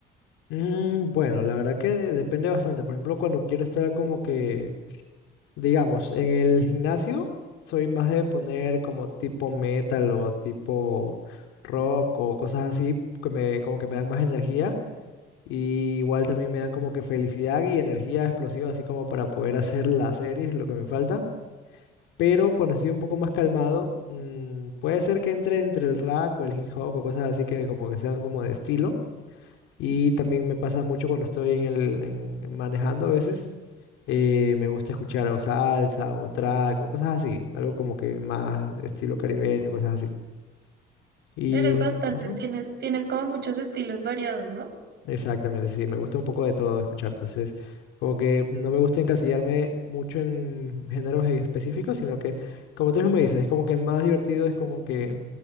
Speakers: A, on the left; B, on the right.
A: Mm, bueno, la verdad que depende bastante. Por ejemplo, cuando quiero estar como que, digamos, en el gimnasio, soy más de poner como tipo metal o tipo rock o cosas así que me, como que me dan más energía. Y igual también me dan como que felicidad y energía explosiva, así como para poder hacer las series, lo que me falta. Pero cuando estoy un poco más calmado, mm, puede ser que entre entre el rap o el hip hop o cosas así que como que sean como de estilo. Y también me pasa mucho cuando estoy en el, en- en manejando a veces. eh, me gusta escuchar o salsa o track o cosas así. Algo como que más estilo caribeño, cosas así. Y
B: Eres bastante,
A: en tu caso,
B: tienes, tienes como muchos estilos variados, ¿no?
A: exactamente, sí, me gusta un poco de todo escuchar. Entonces, como que no me gusta encasillarme mucho en géneros específicos, sino que, como tú mismo dices, es como que más divertido es como que